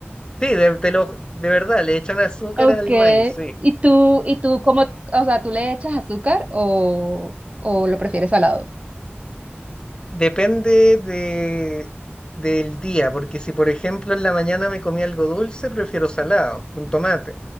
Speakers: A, on the left (about 20°); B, on the right (about 30°).
A: Sí, de, te lo- de verdad, le echan azúcar
B: okay
A: al maíz, sí.
B: ¿Y tú, y tú cómo, o sea, tú le echas azúcar o, o lo prefieres salado?
A: Depende de, del día, porque si por ejemplo en la mañana me comí algo dulce, prefiero salado, con tomate.